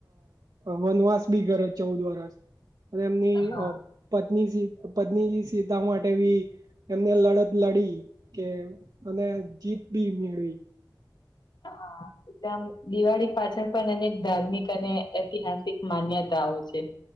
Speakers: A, on the right; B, on the left.
A: વનવાસ બી કરે ચૌદ વર્ષ અને એમની
B: હા
A: પત્ની પત્ની સીતા માટે બી એમને લડત લડી કે અને જીત બી મેળવી
B: હા એટલે આમ દિવાળી પાછળ પણ અનેક ધાર્મિક અને ઐતિહાસિક માન્યતાઓ છે.